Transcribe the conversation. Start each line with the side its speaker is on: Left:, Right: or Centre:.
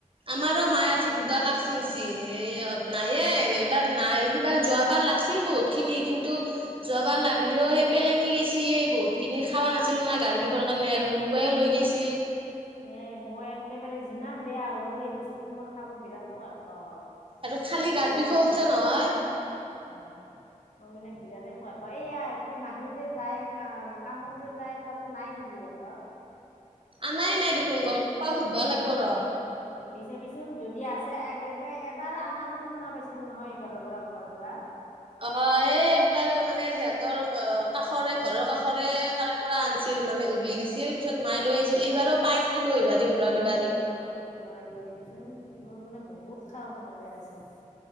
Right: আমাৰো মায়ে
Left: কি
Right: আজি
Left: কৰিম
Right: দুডাল
Left: আৰু
Right: লাগচিংচি নায়ে এইবাৰ নাই সিবাৰ যোৱাবাৰ লাগছিল বহুত বুত খিনি কিন্তু
Left: অ
Right: যোৱাবাৰ লাগিলেও সেই পেলনি গেছিে বহুত খিনি খা নাছিলো না গাৰ বিষ কাৰণে আৰু মোনোবাইে লৈ গৈছিল
Left: এ মই একেবাৰে যিমান বেয়া হলো সেই বস্তুটো মই খাব বিৰাট সোৱাদ পাওঁ আৰু
Right: আৰু খালী
Left: বিৰাটেই
Right: গাৰ বিষ উঠে
Left: সোৱাদ
Right: নহয়
Left: অ মই মানে বিৰাটেই সোৱাদ পাওঁ এইয়া কি মাহী যে যায় ক কামত যে যায় তাতে নাই নেকি ইহতৰ
Right: আ নাই নাই দেখোন গম পা সুধবা লাগিব ৰ
Left: সধি চাবিচোন যদি আছে এবাৰ এবাৰ আনা বুলি শুনা পাইছিলো নহয় সফালৰ পৰা কৰ'বাৰ পৰা
Right: অ এই একবাৰ মানে সিহঁতৰ অ কাষৰে ঘৰৰ কাষৰে তাৰে পৰা আনিছিল মানে উঘলি দিছিল পিছত মায়ে লৈ আহিছিল
Left: উম
Right: এইবাৰক পাই যদি লৈ আহিবা দিম ৰ দিবা দিম
Left: অ' লৈ ভা দিবিচোন মোৰ মানে বহুত খাব মন যায় আছে